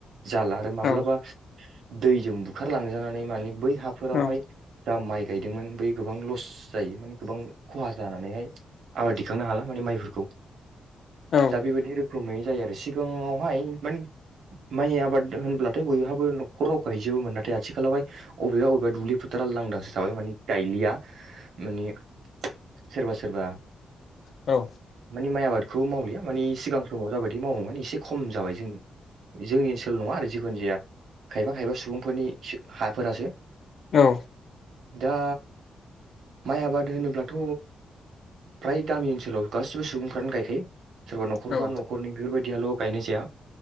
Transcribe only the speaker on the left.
औ
औ
औ
औ
औ
औ